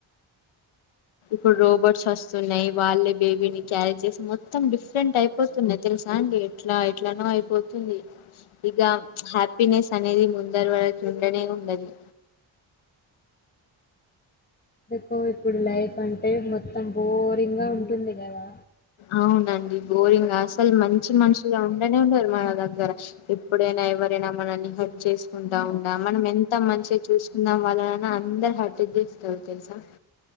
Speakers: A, on the left; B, on the left.
A: ఇప్పుడు రోబోట్స్ వస్తున్నాయి వాళ్లే బేబీని క్యారీ చేసి మొత్తం డిఫరెంట్ అయిపోతున్నాయి తెలుసా అండి ఎట్లా ఎట్లనో అయిపోతు ఉంది ఇగా హ్యాపీనెస్ అనేది ముందర ఉండనే ఉండది
B: సో ఇప్పుడు లైఫ్ అంటే మొత్తం బోరింగ్ గా ఉంటుంది కదా
A: అవునండి బోరింగ్ అస లు మంచి మనుషులుగా ఉండనే ఉండరు మన దగ్గర ఎప్పుడైన ఎవరైన మనల్ని హార్ట్ చేసి ఉంటారూ మనం ఎంత మంచిగా చూసుకున్న అళ్ళ నాన అందరు హటది దిస్తడు తెల్సా <unintelligible>